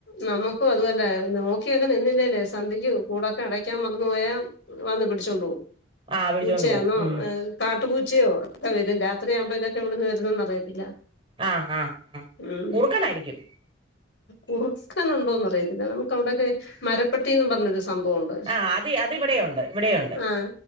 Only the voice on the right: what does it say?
ആഹ് പിടിച്ചോണ്ട്
പോവും ഉം
ആഹ് ആഹ് ആഹ്
കുറുക്കനായിരിക്കും
ആ അത് അത് ഇവിടെ ഉണ്ട് ഇവിടെയുണ്ട്.